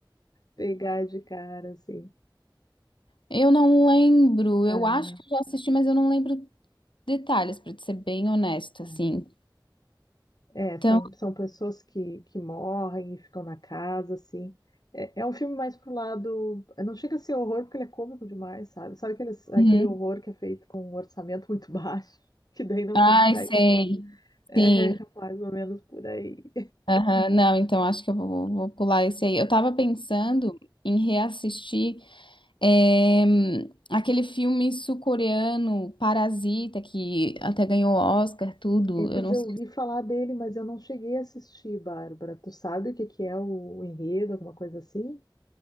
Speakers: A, on the left; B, on the left.
A: pegar de cara, assim.
B: Eu não lembro.
A: Ah,
B: Eu acho que eu já assisti, mas eu não lembro detalhes, pra te ser bem honesta,
A: é,
B: assim.
A: É,
B: Então,
A: são, são pessoas que, que morrem e ficam na casa, assim. É, é um filme mais pro lado. Não chega a ser horror porque ele é cômico demais, sabe? Sabe aquele, aquele
B: uhum.
A: horror que é feito com um orçamento muito <laughs> baixo, que daí não
B: Ai,
A: consegue
B: sei.
A: ser. É,
B: Sim.
A: <laughs> mais ou menos por aí.
B: Aham. Não, então acho que eu vou, vou pular esse aí. Eu tava pensando em reassistir eh, aquele filme sul-coreano, Parasita, que até ganhou Oscar, tudo.
A: É, pois
B: Eu não
A: eu
B: sei.
A: ouvi falar dele, mas eu não cheguei a assistir, Bárbara. Tu sabe o que que é o enredo, alguma coisa assim?